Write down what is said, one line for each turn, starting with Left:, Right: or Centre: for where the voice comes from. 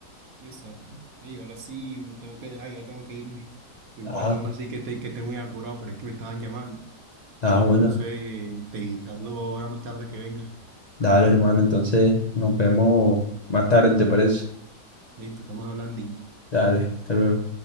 Right: Exacto. Y ahora sí me tengo que dejar, ya tengo que irme. Eh,
Left: Ah,
Right: Perdón, así que esté, que esté muy apurado, pero es que me estaban llamando.
Left: ah, bueno,
Right: Entonces, te, te hablo ahora más tarde que venga.
Left: dale hermano, entonces nos vemos más tarde, ¿te parece?
Right: Listo, estamos hablando.
Left: Dale, hasta luego.